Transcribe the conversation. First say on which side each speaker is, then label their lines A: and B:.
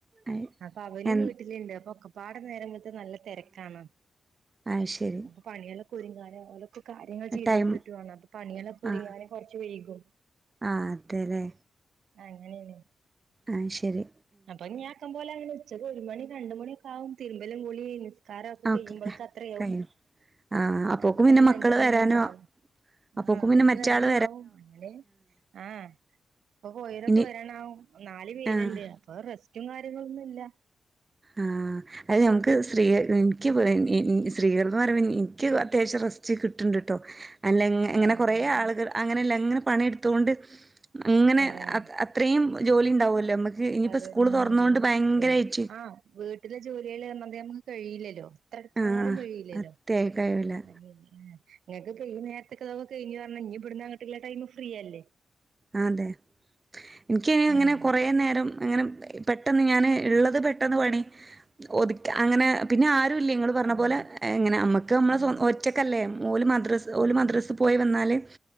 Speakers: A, on the right (about 30°); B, on the right (about 90°).
A: അയ്
B: അപ്പൊ അവനും
A: എ
B: വീട്ടിലുണ്ട് അപ്പൊ ഒക്കപ്പാട നേരമ്പഴത്തെ നല്ല തിരക്കാണ്
A: ആയ്ശരി
B: പണികളക്കെ ഒരുങ്ങാനെ ഓലൊക്കെ കാര്യങ്ങൾ ചെയ്തെടുത്തിട്ടുാണ്
A: ടൈം
B: അപ്പൊ പണികളക്കെ ഒരുങ്ങാനെ
A: ആഹ്
B: കുറച്ച് വയ്കും
A: ആഹ് അതെല്ലേ
B: അങ്ങനെയാണ്
A: ആയ്ശരി
B: അപ്പൊ ഞ ആക്കം പോലെ അങ്ങനെ ഉച്ചക്ക് ഒരു മണി രണ്ട മണൊക്ക ആകും തിരുമ്പലും ഗുളി കാരൊക്കെ കഴിയുമ്പോൾക്ക
A: ഓക്കെ
B: അത്രയാവും
A: കഴിയും ആഹ് അപ്പോക്കും
B: രണ്ട മണി
A: പിന്നെ
B: രണ്ടര
A: മക്കള് വരാനും
B: മണിയക്കെ ആവും
A: അപ്പോക്കും
B: ആഹ് അപൊക്ക്
A: പിന്നെ മറ്റേ
B: വരാനും
A: ആള്
B: ആവും അങ്ങനെ ആഹ് അപ്പൊ പോയോലൊക്കെ
A: ഇനി
B: വരാനാവും നാല് പേരുണ്ട്
A: ആഹ്
B: അപ്പൊ റെസ്ക്യും കാര്യങ്ങളൊന്നും ഇല്ല
A: ആഹ് അത് നമുക്ക് സ്ത്രീ എനിക്ക് സ്ത്രീകൾന്ന് പറ്പ എനിക്ക് അത്യാവശ്യം റസ്റ്റ് കിട്ടിണ്ട് ട്ടോ അല്ല
B: ആഹ്
A: ഇങ്ങനെ കൊറെേ
B: അതെ
A: ആളുകൾ അങ്ങനെയല്ല അങ്ങനെ പണി എടുത്തൊണ്ട് അങ്ങനെ
B: ആഹ്
A: അത്രയും ജോലി ഉണ്ടാവുല്ലോ നമുക്ക് ഇനിയിപ്പോൾ
B: അതെ
A: സ്കൂള്
B: ഉം
A: തുറന്നുകൊണ്ട്
B: ജോലി
A: ഭയങ്കരായിട്ട്
B: ആഹ് വീട്ടിലെ ജോലികള് വന്ന നമുക്ക് കഴിയില്ലല്ലോ ത്രെട്ത്ത്
A: ആഹ്
B: പോലും കഴിയില്ലല്ലോ
A: അത്യായി കഴിയൂല
B: അനിയെന് ആഹ് ഇങ്ങക്കൊക്കെ ഈ നേര്ത്ത്ള്ളതൊക്കെ കെയ്ഞ്ഞൂ അർഞ്ഞാ ഇഞ്ഞ് ബ്ട്ന്ന അങ്ങട്ട്ല്ല ടൈമ് ഫ്രീയല്ലേ
A: ആഹ് തെ എൻക്കയ്ന് അങ്ങെനെ
B: ആഹ്
A: കൊറേ നേരം അങ്ങെനെ പെ ട്ടെന്ന് ഞാന് ഇള്ളെത് പെട്ടെന്ന് പണി ഒത്ക്ക അങ്ങെനെ പിന്നെ ആ രുല്ല്യേ ഇങ്ങെള് പർഞ്ഞ
B: ആഹ്
A: പോലെ ഇങ്ങെനെ അമ്മക്ക് അമ്മള്
B: ആഹ്
A: സ്വ ഒറ്റക്കല്ലേ ഓല് മദ്രസ് ഓല്
B: ആഹ്
A: മദ്രസ് പോയ് വെന്നാല്